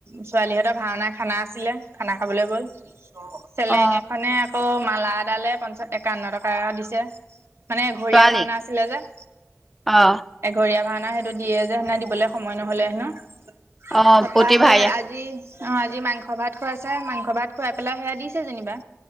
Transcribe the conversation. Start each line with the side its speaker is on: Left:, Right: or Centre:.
Right: ছোৱালীহঁতৰ ভাওনা খানা আছিলে। খানা খাবলে গ'ল। চেলেং
Centre: অ
Right: এখনে আকৌ মালা এডালে পঞ্চা, একাৱন্ন টকা এটা দিছে, মানে ঘৰিয়া
Centre: ছোৱালীক
Right: ভাওঁনা আছিলে যে।
Centre: অ'
Right: ঘৰিয়া ভাওনা সেইটো দিয়ে যে হেনা দিবলে সময় নহলে হেনো। তাৰপৰা
Centre: অ প্ৰতিভাই
Right: সেই আজি অ' আজি মাংস ভাত খুৱাইছে, মাংস ভাত খুৱাই পেলাই সেয়া দিছে যেনিবা